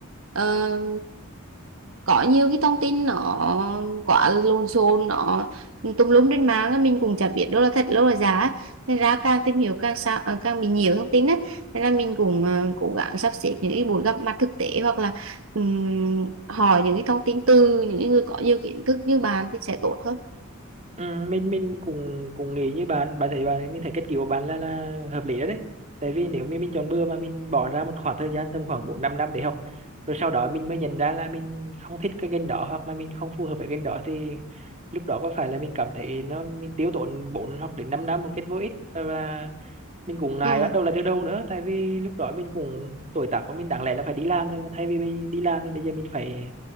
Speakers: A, on the right; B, on the right.
A: Ờ, có nhiều cái thông tin nó quá lộn xộn nó tùm lum trên mạng á, mình cũng chả biết đâu là thật đâu là giả á. thành ra càng tìm hiểu càng sao à, càng bị nhiều thông tin á nên là mình cũng à, cố gắng sắp xếp những cái buổi gặp mặt thực tế hoặc là ừm, hỏi những cái thông tin từ những người có nhiều kiến thức như bạn thì sẽ tốt hơn
B: Ừ, mình mình cũng cũng nghĩ như bạn bạn thấy bạn mình thấy cách cứu của bạn là là hợp lý đó đấy tại vì nếu mình mình chọn bừa mà mình bỏ ra một khoảng thời gian tầm khoảng bốn năm năm để học rồi sau đó mình mới nhận ra là mình không thích cái ngành đó hoặc là mình không phù hợp với ngành đó thì lúc đó có phải là mình cảm thấy nó mình tiêu tốn 4 hoặc đến 5 năm một cách vô ích và, và mình cũng ngại
A: ừ
B: bắt đầu lại từ đầu nữa tại vì lúc đó mình cũng tuổi tác của mình đáng lẽ là phải đi làm rồi mà thay vì bây- đi làm thì bây giờ mình phải